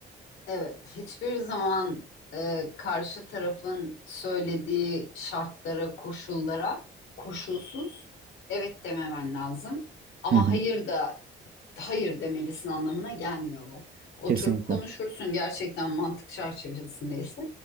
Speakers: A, on the left; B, on the right.
A: Evet, hiçbir zaman e, karşı tarafın söylediği şartlara, koşullara koşulsuz evet dememen lazım. Ama
B: Hı hı.
A: hayır da hayır demelisin anlamına gelmiyor bu. Oturup
B: Kesinlikle.
A: konuşursun gerçekten mantık çerçevesindeyse.